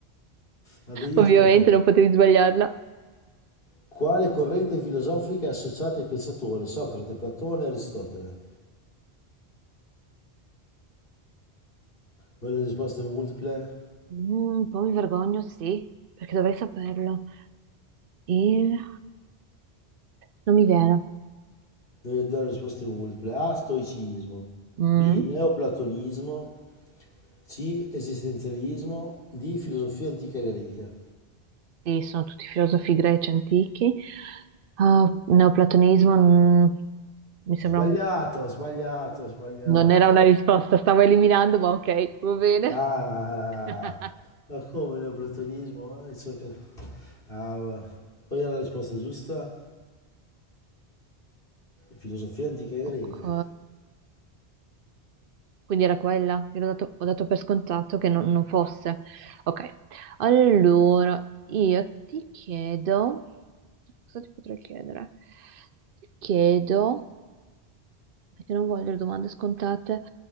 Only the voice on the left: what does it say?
Andria,
aspetta.
Quale corrente filosofica è associata ai pensatori? Socrate, Platone e Aristotele. Voglio le risposte multiple?
Devi dare le risposte multiple. A. Stoicismo.
B. Neoplatonismo. C. Esistenzialismo. D. Filosofia antica greca.
Sbagliato,
sbagliato, sbagliato.
Ah,
ah.
ah. ma come neoplatonismo? Eh, sono ca- Ah, va. Qual era la risposta giusta? Filosofia antica greca.